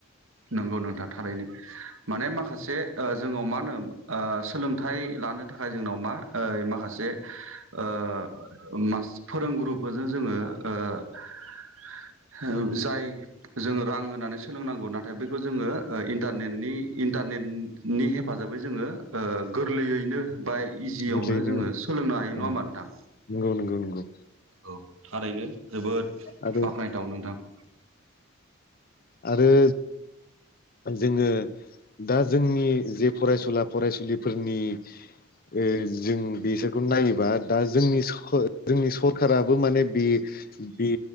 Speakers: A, on the right (about 75°); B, on the left (about 45°).
A: नोंगौ नोंथां थारैनो माने माखासे ओ जोङाव मा ओनो ओ सोलोंथाइ लानो थाखाय जोंनाव मा ओइ माखासे ओ मास फोरोंगुरुफोरजों जोङो ओ जाय जोङो रां होनानै सोलोंनांगौ नाथ थाय बैखौ जोङो ओ इन्टारनेटनि इन्टारनेटनि हेफाजाबै जोङो ओ गोरलैयैनो बा इजियावनो
B: गोरलैयैनो
A: जोङो सोलोंनो हायो
B: ओं
A: नङा ओमबा नोंथां?
B: नंगौ नंगौ नंगौ
A: औ थारैनो जोबोद
B: आरो
A: बाख्नायथाव नोंथां ।
B: आरो जोङो दा जोंनि जे फरायसुला फरायसुलिफोरनि ओ जों बेसोरखौ नायोबा दा जोंनि सखो जोंनि सरखाराबो माने बे-बे